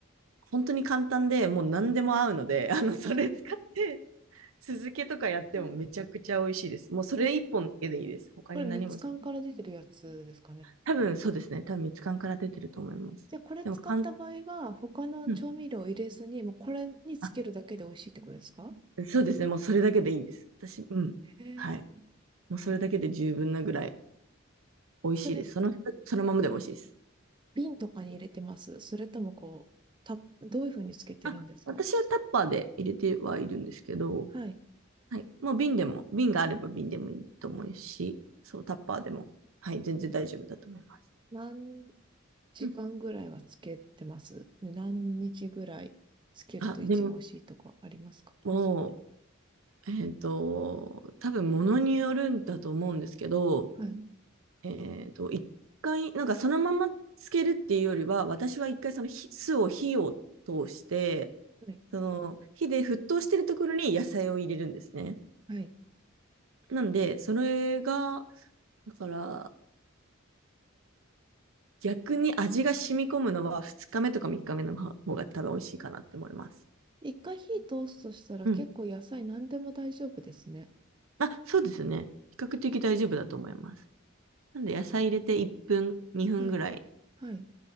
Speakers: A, on the right; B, on the right.
A: 本当に簡単でもう何でも合うので、<laughs> あの、それ使って、
B: はい。
A: 酢漬けとかやってもめちゃくちゃ美味しいです。
B: うん
A: もうそれ一本だけでいいです。
B: み、
A: 他に何もし。
B: これ蜜缶から出てるやつですかね。
A: 多分そうですね。多分蜜柑から出てると思います。
B: じゃあ、これ使った場合は、
A: でも、かん、
B: 他の調味料を入れずに、
A: うん。
B: もうこれにつけるだけで美味しいってことですか
A: あ、そうですね。もうそれだけでいいんです。私、うん。
B: へえ。
A: はい。もうそれだけで十分なぐらい。美味しいです。
B: それ、
A: その、そのままでも美味しいです。
B: 瓶とかに入れてますそれともこう、た、どういうふうにつけてるんですか
A: あ、私はタッパーで入れてはいるんですけど、
B: はい。
A: はい。もう瓶でも、瓶があれば瓶でもいいと思うし、そう、タッパーでも、はい、全然大丈夫だと思います。
B: 何時間ぐらいはつけてますで何日ぐらいつけると一番美味しいとかありますか
A: うん。あ、でも、もう、えっと、多分物によるんだと思うんですけど、
B: はい。
A: えっと、一回、なんかそのままつけるっていうよりは、私は一回その火酢を火を通して、
B: はい。
A: その火で沸騰してるところに野菜を入れるんですね。
B: はい。
A: なんで、それが、だから、逆に味が染み込むのは2日目とか3日目の方が多分美味しいかなって思います。
B: 一回火通すとしたら結構野菜何でも大丈夫ですね。
A: うん。あ、そうですね。比較的大丈夫だと思います。なんで、野菜入れて1分、2分ぐらい、
B: はいはい。